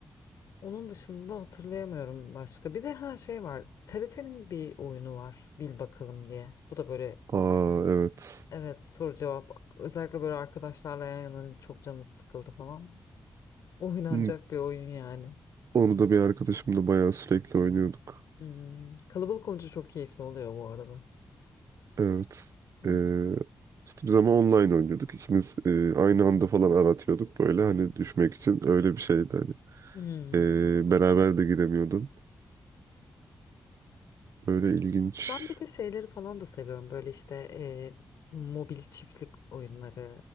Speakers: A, on the left (about 85°); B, on the right (about 75°).
A: Onun dışında hatırlayamıyorum başka. Bir de her şey var. TRT'nin bir oyunu var. Bil bakalım diye. Bu da böyle
B: Aa evet.
A: evet soru cevap. Özellikle böyle arkadaşlarla yan yana hani çok canınız sıkıldı falan. Oynanacak
B: Hmm,
A: bir oyun yani.
B: Onu da bir arkadaşımla bayağı sürekli oynuyorduk.
A: Hmm, Kalabalık olunca çok keyifli oluyor bu arada.
B: Evet.
A: Hmm.
B: Ee, işte biz ama online oynuyorduk. İkimiz e, aynı anda falan aratıyorduk böyle hani düşmek için öyle bir şeydi hani.
A: Hmm.
B: Ee, beraber de giremiyordun. Böyle ilginç.
A: Ben bir de şeyleri falan da seviyorum. Böyle işte e, mobil çiftlik oyunları,